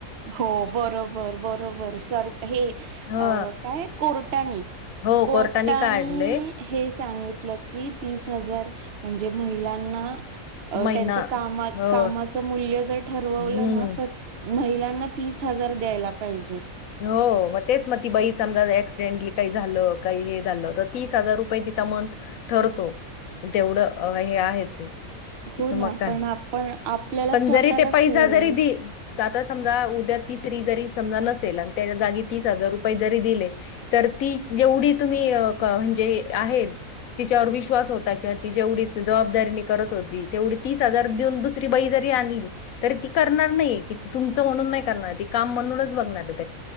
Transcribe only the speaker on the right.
हो बरोबर बरोबर. हे
काय कोर्टानी
कोर्टानी
हे सांगितलं की तीस हजार म्हणजे महिलांना
त्यांच्या कामा
कामाचं मूल्य जर ठरवलं
ना तर महिला ना तीस हजार द्यायला पाहिजे.
हो
ना
पण आपण आपल्याला
स्वतःलाच
हे